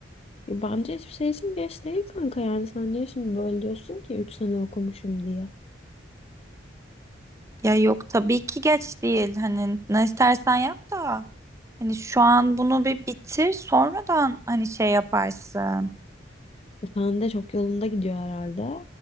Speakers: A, on the left; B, on the right.
A: E, Bence hiçbir şey için geç değil kanka yani sen niye şimdi böyle diyorsun ki 3 sene okumuşum diye.
B: Ya yok tabii ki geç değil. Hani ne istersen yap da. Hani şu an bunu bir bitir, sonradan hani şey yaparsın.
A: E, Sen de çok yolunda gidiyor herhalde.